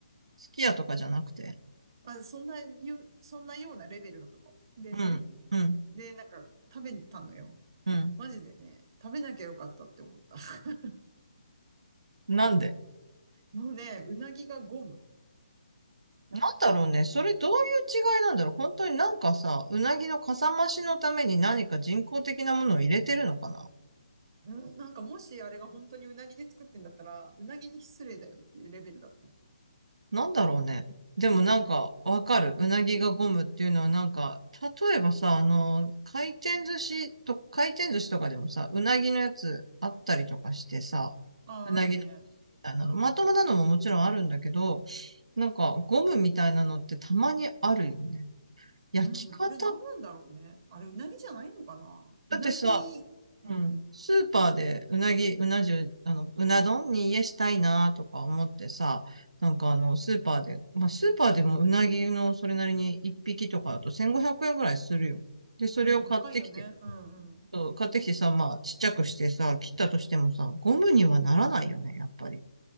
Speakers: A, on the right; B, on the right.
A: すき家とかじゃなくて
B: まあ、そんなよ、そんなようなレベルのとこ。でね、
A: うん、うん、
B: で、なんか食べたのよ。
A: うん。
B: マジでね、食べなきゃよかったって思った。<laughs>
A: なんで
B: もうね、うなぎがゴム。
A: なんだろうね。それどういう違いなんだろう。本当になんかさ、うなぎのかさ増しのために何か人工的なものを入れてるのかな。
B: うん、なんかもしあれが本当にうなぎで作ってんだったら、うなぎに失礼だよっていうレベルだった。
A: なんだろうね。でもなんかわかる。
B: うん。
A: うなぎがゴムっていうのはなんか、例えばさ、あの、回転寿司と、回転寿司とかでもさ、うなぎのやつあったりとかしてさ、
B: ああ、
A: うなぎのみたいなの。
B: あるね。
A: まともなのももちろんあるんだけど、なんかゴムみたいなのってたまにあるよね。焼き方
B: うん、あれ何なんだろうね。あれ、うなぎじゃないのかなうなぎ、
A: だってさ、
B: うん、
A: うん。スーパーでうなぎ、うな重、あの、うな丼に家したいなとか思ってさ、なんかあの、スーパーで、まあ、スーパーでもうなぎのそれなりに1匹とかだと1500円ぐらいするよ。で、それを買ってきて、
B: うん、高いよね。うん、うん。
A: そう買ってきてさ、まあ、ちっちゃくしてさ、切ったとしてもさ、ゴムにはならないよね、やっぱり。